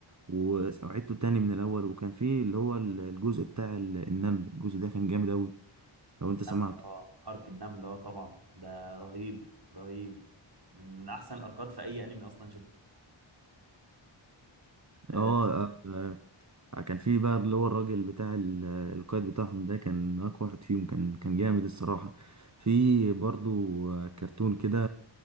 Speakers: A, on the right; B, on the right.
A: وعدته تاني من الاول وكان فيه اللي هو ال- الجزء بتاع ال- النمل الجزء ده كان جامد اوي لو
B: النمل
A: انت سمعته
B: اه ارك النمل اه طبعا ده رهيب رهيب من احسن الاركات في اي انمي اصلا شفته آه
A: اه آه، آه، كان في بقى اللي هو الراجل بتاع ال- القائد بتاعهم ده كان اقوى واحد فيهم كان كان جامد الصراحة في برضو آه، كرتون كده